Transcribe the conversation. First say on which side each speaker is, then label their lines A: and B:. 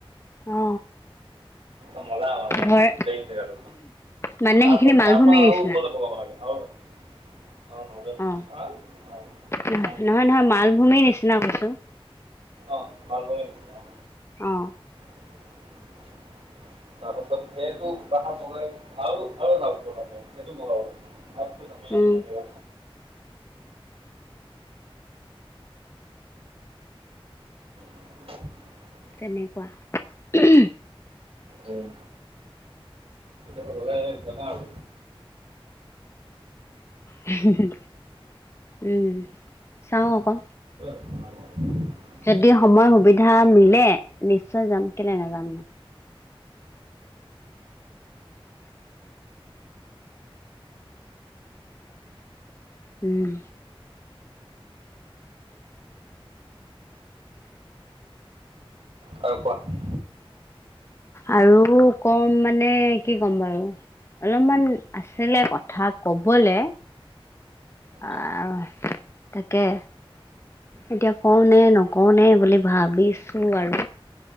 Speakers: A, on the left; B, on the right.
A: অ।
B: একদম <unintelligible>
A: ধৰ
B: প্লেন জেগাটো।
A: মানে
B: তাৰ
A: সেইখিনি
B: প
A: মালভূমিৰ
B: তাৰ পৰা
A: নিচিনা
B: আৰু ওপৰলে বগাব লাগে আৰু অ মাজত
A: অ,
B: হা অ
A: নহয়,
B: মালভূমি
A: নহয় নহয় মালভূমিৰ নিচিনা বস্ত
B: অ মালভূমিৰ নিচিনা অ।
A: অঁ।
B: <inaudible> তাৰ পাছত সেইটো পাহাৰ বগাইও আৰু আৰু এটা ওপৰত পাই পাছত সেইটো বগাব লাগে। আমিটো যামেই
A: উম
B: মানে <inaudible>
A: তেনেকুৱা উহুম।
B: উম <unintelligible> গলে যাবা আৰু।
A: হুহুহু উম চাও আকৌ।
B: <unintelligible>
A: যদি সময় সুবিধা মিলে নিশ্চয় যাম কেলে নাযাম নু। উম।
B: আৰু কোৱা?
A: আৰু ক'ম মানে কি ক'ম বাৰু? অলপমান আছিলে কথা ক'বলে। আহ
B: অঁ
A: তাকে এতিয়া কওঁ নে নকওঁ নে বুলি ভাবিছো আৰু।